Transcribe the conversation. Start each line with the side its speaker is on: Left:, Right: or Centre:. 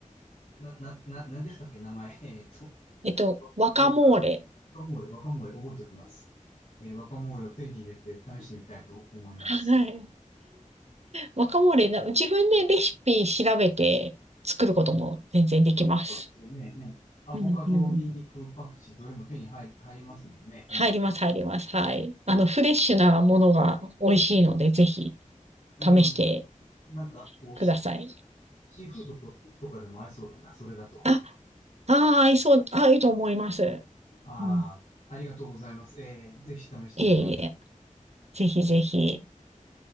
Left: な、な、な、なんでしたっけ、名前。えっと、
Right: えっと、ワカモーレ。
Left: わか、若モーレ、若モーレ覚えておきます。えー、若モーレを手に入れて試してみたいと思います。
Right: はい。ワカモーレな、自分でレシピ調べて作ることも全然できます。
Left: あ、そうですよね。ね。アボカド、
Right: うんうん。
Left: ニンニク、パクチー、どれも手に入、入りますもんね。
Right: 入ります、
Left: うん。
Right: 入ります。はい。あの、フレッシュなものが美味しいので、ぜひ
Left: うん。
Right: 試して
Left: な、なんか、こう、
Right: ください。
Left: シシーフードと、とかでも合いそうだな。それだと。
Right: あ、ああ、合いそう、合うと思います。
Left: ああ、
Right: うん。
Left: ありがとうございます。えー、ぜひ試してみます。
Right: いえいえ。ぜひぜひ、